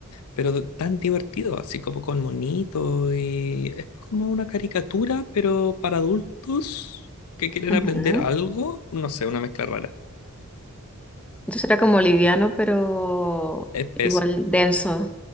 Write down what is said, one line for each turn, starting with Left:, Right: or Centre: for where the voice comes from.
Left: pero tan divertido, así como con monito y es como una caricatura, pero para adultos que quieren
Centre: Ujú.
Left: aprender algo, no sé, una mezcla rara.
Centre: Entonces era como liviano, pero
Left: Espeso.
Centre: igual
Left: <laughs>
Centre: denso.